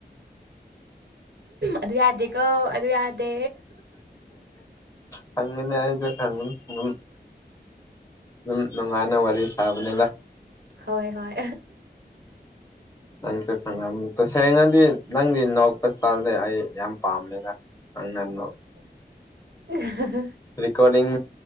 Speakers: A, on the right (about 80°); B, on the left (about 20°).
A: ꯑꯗꯨ ꯌꯥꯗꯦꯀꯣ ꯑꯗꯨ ꯌꯥꯗꯦ
B: ꯈꯅꯦ ꯍꯥꯏꯖ ꯈꯪꯉꯨꯝ ꯊꯨꯝ ꯑꯗꯨꯝ ꯅꯨꯡꯉꯥꯏꯅ ꯋꯥꯔꯤ ꯁꯥꯕꯅꯤꯅ
A: ꯍꯣꯏ ꯍꯣꯏ
B: ꯅꯪꯁꯨ ꯈꯪꯅꯝꯃꯤ ꯇꯁꯦꯡꯅꯗꯤ ꯅꯪꯗꯤ ꯅꯥꯎꯛꯄꯁꯇꯥꯜꯗꯤ ꯑꯩ ꯌꯥꯝ ꯄꯥꯝꯃꯦꯅ ꯑꯉꯅꯣ
A: <inaudible>
B: ꯀꯣꯔꯗꯤꯡ